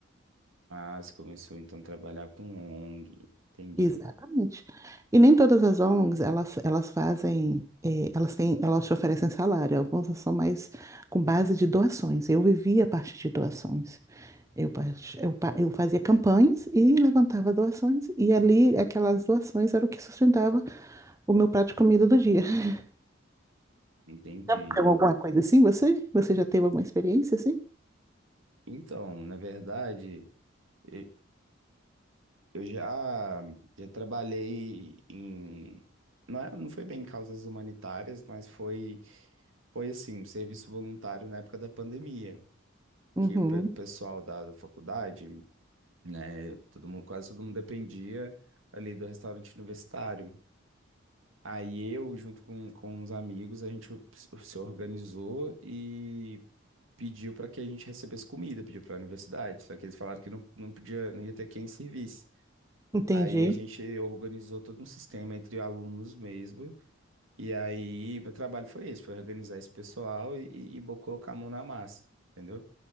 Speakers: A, on the right (about 80°); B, on the right (about 15°).
A: Ah, você começou então a trabalhar com ONG. Entendi,
B: Exatamente. E nem todas as ONGs, elas, elas fazem, eh, elas têm, elas te oferecem salário. Algumas são mais com base de doações. Eu vivia a partir de doações. Eu, part- eu, pa- eu fazia campanhas e levantava doações. E ali, aquelas doações eram o que sustentava o meu prato de comida do dia. <laughs>
A: entendi.
B: Já aconteceu alguma coisa assim, você? Você já teve alguma experiência assim?
A: Então, na verdade, e- eu já já trabalhei em não, é- não foi bem em causas humanitárias, mas foi foi assim, um serviço voluntário na época da pandemia,
B: Uhum,
A: que o pe- o pessoal da da faculdade né? Todo mundo, quase todo mundo dependia ali do restaurante universitário. Aí eu, junto com, com uns amigos, a gente se se organizou e pediu para que a gente recebesse comida, pediu para a universidade. Só que eles falaram que não, não podia, não ia ter quem servisse.
B: entendi.
A: Aí a gente organizou todo um sistema entre alunos mesmo. E aí meu trabalho foi esse, foi organizar esse pessoal e, e, e bo- colocar a mão na massa, entendeu?